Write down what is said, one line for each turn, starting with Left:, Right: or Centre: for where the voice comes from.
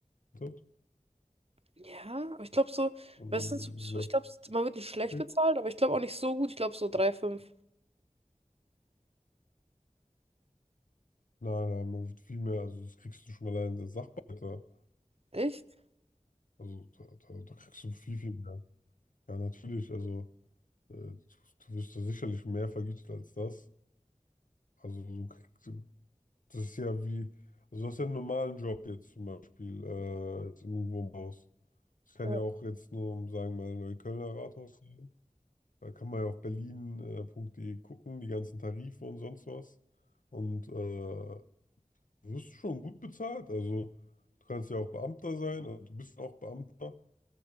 Left: Also,
Right: Ja, aber ich glaube so,
Left: ja,
Right: meistens, ich glaube, man wird nicht schlecht
Left: okay.
Right: bezahlt, aber ich glaube auch nicht so gut. Ich glaube so drei Komma fünf.
Left: nein, nein, man wird viel mehr. Also, das kriegst du schon allein als Sachbearbeiter.
Right: Echt?
Left: Also da, da, da kriegst du viel, viel mehr. Ja, natürlich, also äh, du, du wirst da sicherlich mehr vergütet als das. Also du kriegst, das ist ja wie, also du hast ja einen normalen Job jetzt zum Beispiel, äh, jetzt irgendwo im Haus. Das kann
Right: Ja.
Left: ja auch jetzt nur, um sagen wir mal, Neuköllner Rathaus sein. Da kann man ja auf berlin.de gucken, die ganzen Tarife und sonst was. Und äh, du wirst schon gut bezahlt. Also du kannst ja auch Beamter sein, also du bist auch Beamter.